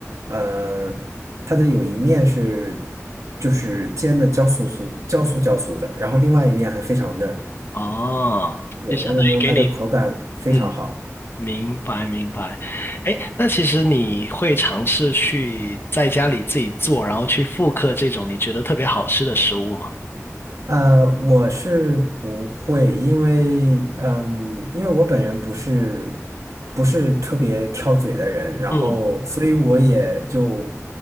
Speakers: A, on the right; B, on the left.
A: 呃它的有一面是就是煎的焦酥酥焦酥焦酥的，然后另外一面还非常嫩，
B: 哦，
A: 对，
B: 就相当于给你，
A: 那个牛排的口感非常好。
B: 嗯，明白明白。哎，那其实你会尝试去在家里自己做，然后去复刻这种你觉得特别好吃的食物吗？
A: 呃，我是不会，因为嗯，因为我本人不是不是特别挑嘴的人，然后所以我也就
B: 嗯